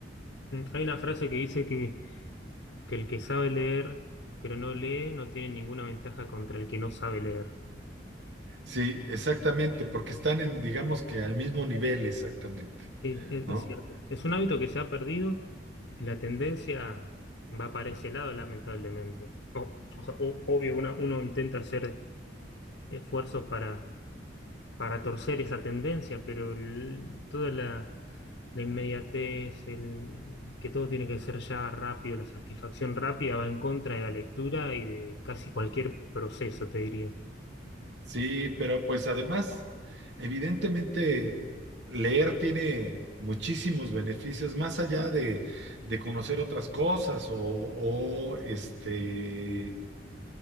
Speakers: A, on the left; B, on the right.
A: Mm, Hay una frase que dice que, que el que sabe leer pero no lee no tiene ninguna ventaja contra el que no sabe leer.
B: Sí, exactamente, porque están en, digamos que al mismo nivel, exactamente,
A: Sí, es,
B: ¿no?
A: es cierto. Es un hábito que se ha perdido y la tendencia va para ese lado, lamentablemente. O- oja- o- obvio, una- uno intenta hacer esfuerzos para, para torcer esa tendencia, pero el- toda la, la inmediatez, el, que todo tiene que ser ya rápido, la satisfacción rápida va en contra de la lectura y de casi cualquier proceso, te diría.
B: Sí, pero pues además, evidentemente, leer tiene muchísimos beneficios, más allá de, de conocer otras cosas o, o, este,